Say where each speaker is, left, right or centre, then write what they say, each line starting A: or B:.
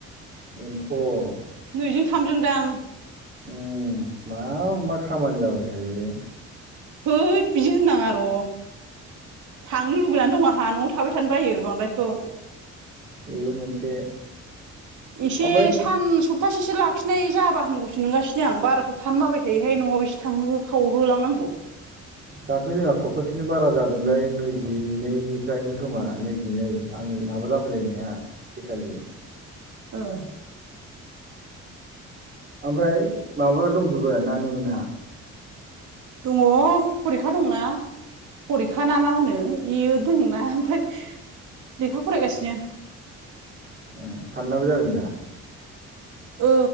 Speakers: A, on the right; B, on the right.
A: बेनोथ'।
B: नैजों थामजों दां।
A: उ मा मा खामानि जाबाय थायो।
B: हैद बिदि होननाङा र'। थांनो लुगैनानै दं आंहा न'आव थाबाय थानो बायो बांद्रायखौ।
A: बेबो मोनसे।
B: एसे
A: ओमफ्राय
B: सान सप तासेसो लाखिनाय जाबा हामगौसो नंगासिनो आं बाराखौ थानो बाबाय थायोहाय न'आव एसे थांहो खावहोलांनांगौ।
A: दाख्लै जोंहा सप्तासेनि बारा जादोंलाय नैजिनैनिफ्रायमोन खोमा नैजिनै आंनि माबा जाफैलायनाया फैखालि।
B: ओ।
A: ओमफ्राय माबाफ्रा दंजोबो नानि मोनहा?
B: दङ फरिखा दंना। फरिखा ना मा होनो बेयो दंना ओमफाय लेखा फरायगासिनो।
A: ए सानैनाबो जादों दा?
B: ओ